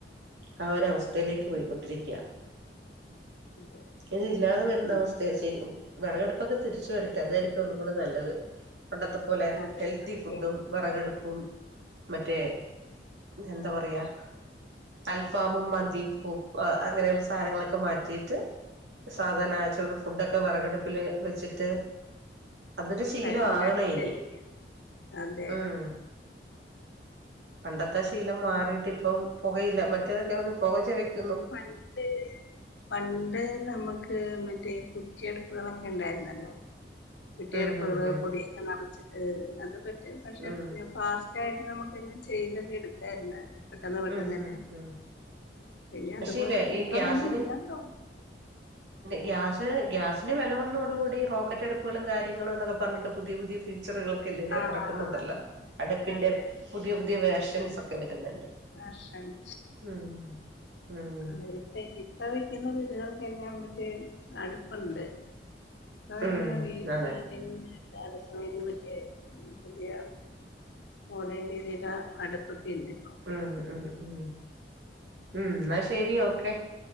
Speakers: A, on the right; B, on the left.
A: ആ ഒരവസ്ഥയിലേക്ക് പോയിക്കൊണ്ടിരിക്ക്യ
B: ഉം അതെ
A: ഇതില്ലാതെ വര്ന്നവസ്
B: പിന്നെ
A: ഥെ ശരി വെറെകെട്പ്പക്കെ തിരിച്ച് വരട്ടെ അതായ്രിക്കും ഒന്നും കൂടെ നല്ലത് പണ്ടത്തെ പോലെ
B: അതെ
A: ഹെൽത്തി
B: സത്യം
A: ഫുഡ്ഡും വെറകട്പ്പും മറ്റേ എന്താ പറയാ അൽഫാമും മന്തിയും കൂ അ അങ്ങനെള്ളെ സാനങ്ങളൊക്കെ മാറ്റീട്ട് സാധാ നാച്ചുറൽ ഫുഡ്ഡക്കെ വെറെകടുപ്പില് വെച്ചിട്ട് അതൊരു ശീലൊവാകണ
B: ക- ഉണ്ടാക്കി
A: ഇനി
B: കഴിക്ക അതെ
A: ഉം പണ്ടത്തെ ശീലം മാറീട്ടിപ്പം പുകയില്ല മറ്റേതൊക്കെ വ പൊക ചൊവക്
B: പണ്ട് പണ്ട് നമ്മക്ക് മറ്റേ കുറ്റിയെട്പ്പ്കളക്കെ ഇണ്ടായിര്ന്നല്ലോ കുറ്റ്യയെടുപ്പുകള്
A: ഉം ഉം ഉം
B: പൊടിയൊക്കെ നറച്ചിട്ട് അത് പറ്റി പക്ഷെ
A: ഉം
B: ഫാസ് യിട്ട് നമുക്കെല്ലാം ചെയ്ത് എടുക്കായിര്ന്ന് പെട്ടെന്ന് പെട്ടെന്നന്നെ
A: ഉം ഉം ഉം
B: പിന്നെ
A: പക്ഷെ
B: അതുപോലെ
A: ഈ
B: ഇപ്പതൊന്നും
A: ഗ്യാസിന്
B: ഇല്ലാ തോ
A: ഗ്യാസ് ഗ്യാസിന് വെല വന്നൊടൂടി റോക്കറ്റടുപ്പളും കാര്യങ്ങളുംന്നൊക്കെ പർണിട്ട് പുതിയ പുതിയ ഫീച്ചറുകൾ കെ <unintelligible>
B: ആഹ്
A: എറക്ക്ന്നിണ്ടല്ലോ
B: അതെ അതെ
A: അട്പ്പിന്റെ
B: അതെ
A: പുതിയ പുതിയ വേർഷൻസൊക്കെ വര്ന്നിണ്ട്
B: ആഹ് ആഹ്
A: ഉം ഉം
B: അതെ ഇപ്പ ഇപ്പ വെക്കിന്ന വീടികൾക്കെല്ലാം മറ്റേ അട്പ്പൊണ്ട് <unintelligible>
A: ഉം അതെ
B: മറ്റേ പുതിയ മോഡേൺ രീതീല അട്പ്പൊക്കെണ്ട് ഇപ്പ
A: ഉം ഉം ഉ ഉം ഇന്നാ ശരി ഓക്കെ